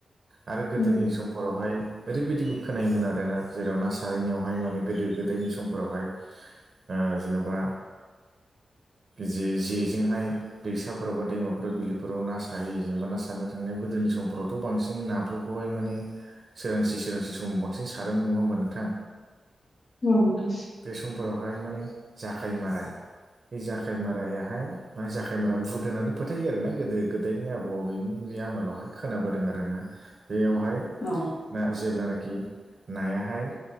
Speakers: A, on the right; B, on the left.
A: आरो गोदोनि
B: औ
A: सम फोरावहाय ओरैबायदिबो खोनायोमोन आरो ना जेराव ना सारहै नायावहाय माने गोदो गोदायनि समफोरावहाय ओ जेनबा जे जेजोंहाय दैसाफोराव बा दैमाफोराव बिलोफोराव ना साहोयो जेनबा ना सारनो थांनायाव गोदोनि समफोरावथ' बांसिन नाफोर खौहाय माने सोरांसि सोरांसि समाव बांसिन सारोमोन नङा होमबा नोंथां
B: औ नोंथां
A: बे समफोरावहाय माने जाखाय मारा बे जा खायमारायाहाय मा जाखायमारा भुद होनानै फोथायो आरो ना गोदो गोदायनि आबौ आबैनि बे आमोलावहाय खोनाबोदों आरोना बेयावहाय
B: औ
A: जेब्लानोखि नायाहाय